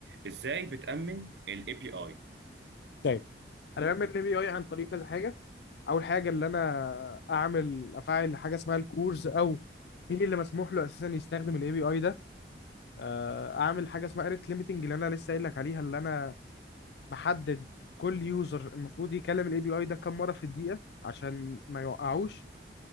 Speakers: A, on the right; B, on the left.
A: ازاي بتامن الاي بي اي
B: طيب انا بعمل ال بي اي عن طريق كذا حاجه اول حاجه اللي انا اعمل افعل حاجه اسمها الكورز او مين اللي مسموح له اساسا يستخدم الاي بي اي ده آه، اعمل حاجه اسمها ريت ليميتنج اللي انا لسه قايل لك عليها اللي انا بحدد كل يوزر المفروض يكلم الاي بي اي ده كام مره في الدقيقه عشان ما يوقعوش